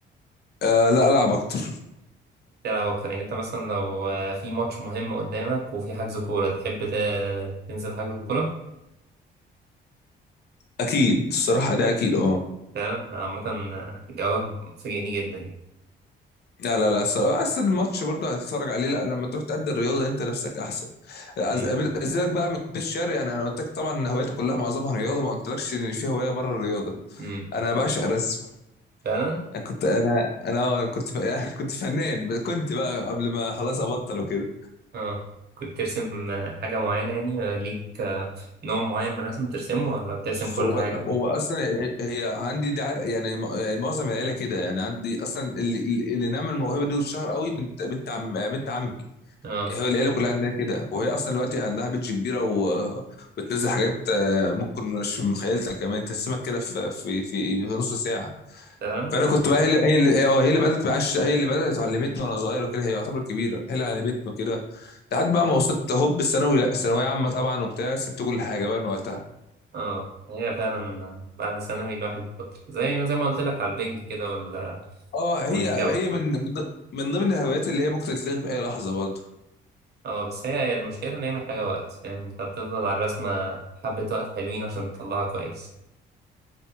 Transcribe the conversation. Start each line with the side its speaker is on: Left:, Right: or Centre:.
Left: آه لا العب اكتر
Right: تلعب اكتر يعني انت مثلا لو آه، في ماتش مهم قدامك وفي حجز كوره تحب ت- تنزل حجز الكوره
Left: اكيد الصراحه ده اكيد اه
Right: فعلا عامه آه، جوابك فاجئني جدا يعني
Left: لا لا لا الصراحة أصل الماتش برضه هتتفرج عليه لا لما تروح تأدي الرياضة أنت نفسك أحسن أز-
Right: امم
Left: أزيدك بقى من البيت الشعر يعني أنا قلت لك طبعا إن هوايتي كلها معظمها رياضة ما قلتلكش إن في هواية بره الرياضة
Right: امم
Left: أنا بعشق الرسم
Right: فعلا
Left: أنا كنت أنا أنا آه، كنت ف- يعني <laughs> كنت فنان كنت بقى قبل ما خلاص أبطل وكده
Right: اه كنت ترسم آه، حاجه معينه يعني آه، ليك آه، نوع معين من الرسم بترسمه ولا بترسم
Left: بص
Right: كل
Left: هو
Right: حاجه
Left: هو أصلا هي عندي دي عر- يعني م- يعني معظم العيلة كده يعني عندي أصلا اللي, اللي نعمل الموهبة دي واتشهر قوي بنت بنت عم بنت عمي
Right: اه
Left: هو العيله كلها عندها كده وهي اصلا دلوقتي عندها بيدج كبيره وبتنزل حاجات آه، ممكن مش في مخيلتها كمان تسمك كده في في في في نص ساعه
Right: فعلا
Left: فانا
Right: طب
Left: كنت بقى هي اللي هي اللي آه، هي اللي بدات معاش هي اللي بدات علمتني وانا صغير وكده هي يعتبر كبيره هي اللي علمتني كده لحد بقى ما وصلت هوب الثانوي ثانويه عامه طبعا وبتاع سبت كل حاجه بقى من وقتها
Right: اه هي فعلا آه، بعد ثانوي الواحد بطل زي زي ما قلت لك على البنج كده وال
Left: اه
Right: والجامعه
Left: هي هي من من من ضمن الهوايات اللي هي ممكن تتلغي في اي لحظه برضه
Right: اه بس هي المشكلة ان هي محتاجة وقت فاهم انت بتفضل على الرسمة حبة وقت حلوين عشان تطلعها كويس